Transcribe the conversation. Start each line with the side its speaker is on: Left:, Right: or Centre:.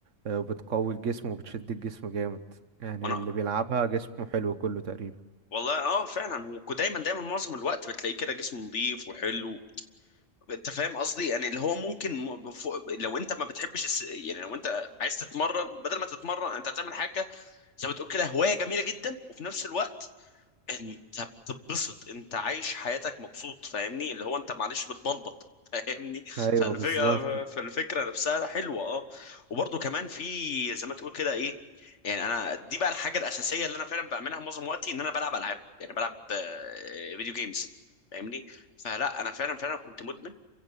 Right: آه، وبتقوي الجسم وبتشد الجسم جامد يعني
Left: وانا
Right: اللي بيلعبها جسمه حلو كله تقريبا
Left: والله اه فعلا ودايما دايما معظم الوقت بتلاقيه كده جسم نظيف وحلو انت فاهم قصدي يعني اللي هو ممكن م- بفوق لو انت ما بتحبش الس... يعني لو انت عايز تتمرن بدل ما تتمرن انت هتعمل حاجه زي ما تقول كده هوايه جميله جدا وفي نفس الوقت انت بتتبسط انت عايش حياتك مبسوط فاهمني اللي هو انت معلش بتبلبط فاهمني
Right: ايوه
Left: فالفكرة
Right: بالظبط
Left: <laughs> فالفكرة نفسها حلوة اه وبرضه كمان في زي ما تقول كده ايه يعني انا دي بقى الحاجة الأساسية اللي انا فعلا بعملها معظم وقتي ان انا بلعب العاب يعني بلعب آه، فيديو جيمز فاهمني فلا انا فعلا فعلا كنت مدمن